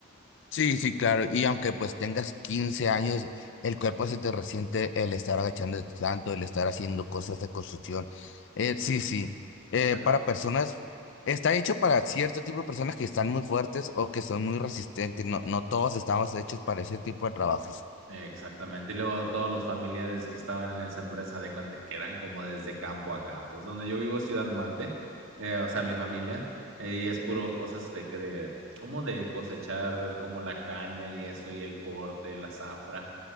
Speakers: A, on the left; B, on the right.
A: Sí, sí, claro. Y aunque pues tengas 15 años, el cuerpo se te resiente el estar agachando tanto, el estar haciendo cosas de construcción. Eh, sí, sí. Eh,
B: Pero
A: para personas, está hecho para cierto tipo de personas que están muy fuertes o que son muy resistentes. No, no todos estamos hechos para ese tipo de trabajos.
B: Exactamente. Y luego todos los familiares que estaban en esa empresa de cuenta que eran como desde campo acá pues donde yo vivo, Ciudad Mante, eh, o sea, mi familia, eh, y es puro cosas de, que de- como de cosechar como la caña y eso, y el corte, la zafra.